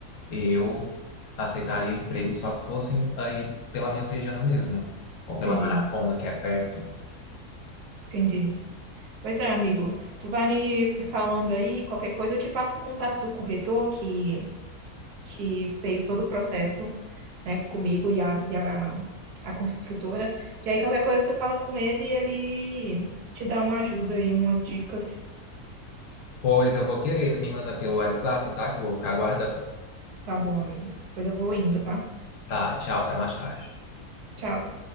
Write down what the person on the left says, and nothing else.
eu aceitaria emprego só que fossem aí pela Messejana mesmo, ou pela
Maraponga, que é perto.
Pois eu vou querer, tu me manda pelo WhatsApp, tá? Que eu vou ficar aguardando.
Tá, tchau, até mais tarde.